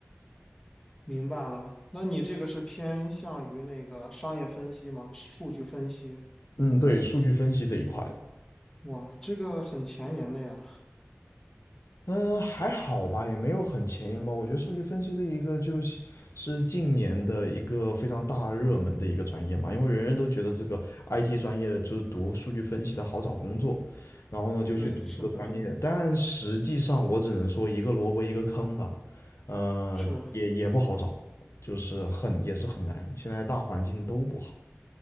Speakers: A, on the left; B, on the left.
A: 明白了。那你这个是偏向于那个商业分析吗？数据分析？
B: 嗯，对，数据分析这一块的。
A: 哇，这个很前沿的呀。
B: 嗯，还好吧，也没有很前沿吧。我觉得数据分析这一个就是是近年的一个非常大热门的一个专业嘛，因为人人都觉得这个 IT 专业的就是读数据分析的好找工作，然后呢就去读这个专业。
A: 对，是的，
B: 但实际上我只能说一个萝卜一个坑吧，呃，
A: 是
B: 也也不好找，就是很也是很难，现在大环境都不好。